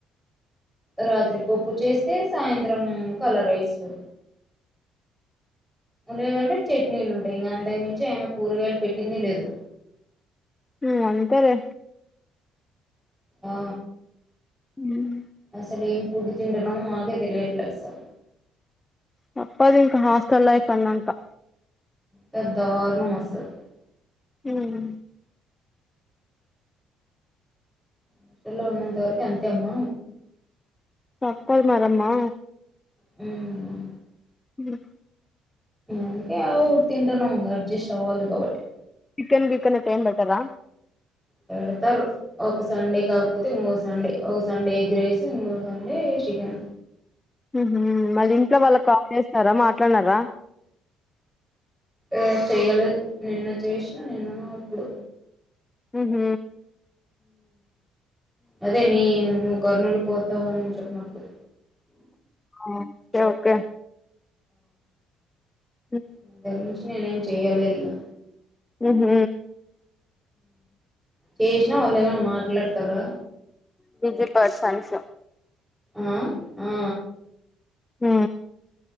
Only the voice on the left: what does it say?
మ్ అంతేలే
ఉమ్
తప్పద్ ఇంకా హాస్టల్ లైఫ్ అన్నాంక
హ్మ్
తప్పద్ మరమ్మా.
న
చికెన్ బికన్ అయితే ఏం బెట్టరా?
మ్ హ్ మరి ఇంట్లో వాళ్ళక్ కాల్ చేస్తారా మాట్లాడినారా
మ్ హ్
ఓకే ఓకే ఉమ్
మ్ హ్
బిజీ పర్సన్స్
హూ